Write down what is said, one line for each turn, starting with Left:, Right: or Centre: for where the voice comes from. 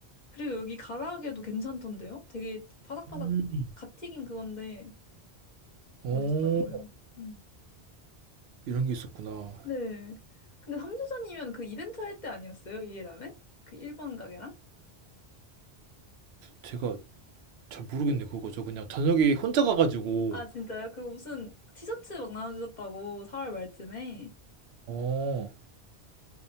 Left: 그리고 여기 가라아게도 괜찮던데요? 되게 바삭바삭
Right: 음.
Left: 갓 튀긴 그건데
Right: 어,
Left: 맛있더라고요. 음.
Right: 이런 게 있었구나.
Left: 네. 근데 삼주전이면 그 이벤트 할 때 아니었어요? 일이라면? 그 일본 가게랑?
Right: 제가 잘 모르겠네, 그거. 저 그냥 저녁에 혼자 가가지고.
Left: 아, 진짜요? 그 무슨 티셔츠 막 나눠주셨다고 4월 말쯤에.
Right: 어,